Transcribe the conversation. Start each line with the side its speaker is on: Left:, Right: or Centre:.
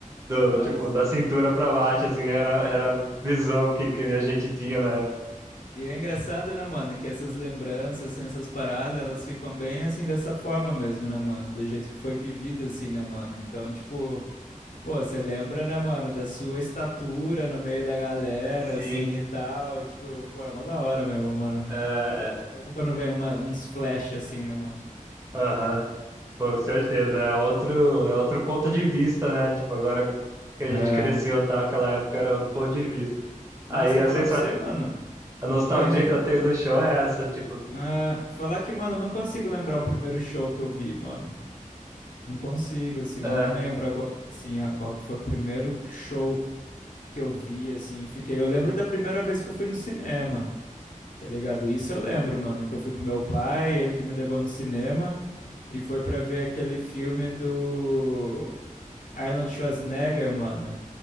Right: Do,
Left: Nossa.
Right: tipo, da cintura pra baixo, assim, era, era a visão que, que a gente tinha na época.
Left: E é engraçado, né, mano, que essas lembranças, assim, essas paradas, elas ficam bem, assim, dessa forma mesmo, né, mano? Do jeito que foi vivida, assim, né, mano? Então, tipo, pô, você lembra, né, mano, da sua estatura no meio da galera,
Right: Sim,
Left: assim, e tal. E, tipo, pô, é mó da hora mesmo, mano.
Right: é,
Left: É gostoso
Right: é,
Left: quando vem uma- uns flash, assim, né, mano?
Right: aham, pô, com certeza. É outro, é outro ponto de vista, né? Tipo, agora que a
Left: É.
Right: gente cresceu, tá? Aquela época era outro ponto de vista. Aí
Left: Nossa,
Right: a
Left: falar
Right: sensa
Left: pra você, mano,
Right: A nostalgia
Left: que eu nem...
Right: que eu tenho do show é essa, tipo,
Left: é, falar que, mano, eu não consigo lembrar o primeiro show que eu vi, mano. Não consigo, assim, não
Right: é,
Left: lembro agora, assim, a- qual que foi o primeiro show que eu vi, assim, e fiquei. Eu lembro da primeira vez que eu fui no cinema, tá ligado? Isso eu lembro, mano, que eu fui com meu pai, ele que me levou no cinema, e foi pra ver aquele filme do Arnold Schwarzenegger, mano,